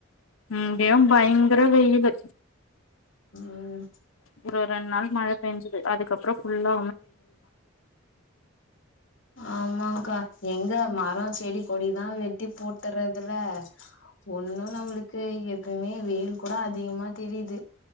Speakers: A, on the left (about 85°); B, on the left (about 65°).
A: இங்யு பயங்ர வெயிலு
B: ம்
A: ஒரு ரெண்டு நாள் மழ பெஞ்சிது அதுக்கப்ற ஃபுல்லா
B: ஆமாக்கா எங்க மரோ செடி கொடிதா வெட்டி போட்டுறதுல ஒண்ணு நம்மளுக்கு எப்புமே வெயில் கூட அதிகமா தெரியிது